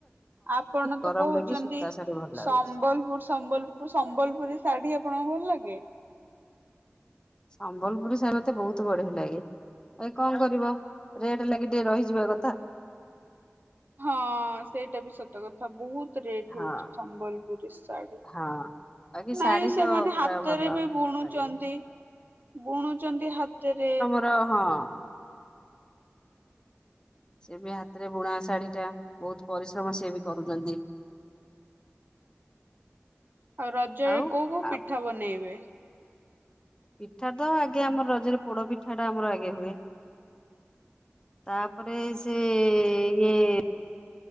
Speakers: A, on the right; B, on the left.
A: ଆପଣ
B: ଗରମ
A: ତ କହୁଛନ୍ତି
B: ଲାଗି ସୂତା ଶାଢୀ ଭଲ ଲାଗୁଛି
A: ସମ୍ବଲପୁର ସମ୍ବଲ ମ ସମ୍ବଲପୁରୀ ଶାଢ଼ୀ ଆପଣଙ୍କୁ ଭଲ ଲାଗେ?
B: ସମ୍ବଲପୁରୀ ସାଢ଼ୀ ରାତ ମୋତେ ବହୁତ ବଢିଆ ଲାଗେ। ଏଇ କଣ କରିବ ରେଟ୍ ଲାଗି ଟିକେ ରହିଯିବା କଥା।
A: ହଁ ସେଇଟା ବି ସତ କଥା ବହୁତ ରେଟ୍
B: ହଁ
A: ହଉଚି ସମ୍ବଲପୁରୀ ଶାଢ଼ୀ।
B: ହଁ। ବାକି
A: ନାଇଁ
B: ଶାଢୀ
A: ସେମାନେ
B: ତ ପୁରା
A: ହାତରେ
B: ଭଲ
A: ବି ବୁଣୁଛନ୍ତି
B: ଲାଗେ
A: ବୁଣୁଛନ୍ତି ହାତେରେ।
B: ର ହଁ। ସେ ବି ହାତରେ ବୁଣା ଶାଢୀ ଟା ବହୁତ ପରିଶ୍ରମ ସିଏ ବି କରୁଛନ୍ତି।
A: ଆଉ ରଜରେ
B: ଆଉ
A: କୋଉ କୋଉ
B: ଆ
A: ପିଠା ବନେଇବେ?
B: ପିଠା ତ ଆଗେ ଆମର ରଜରେ ପୋଡ ପିଠା ଟା ଆମର ଆଗେ ହୁଏ। ତାପରେ ସେ ଇଏ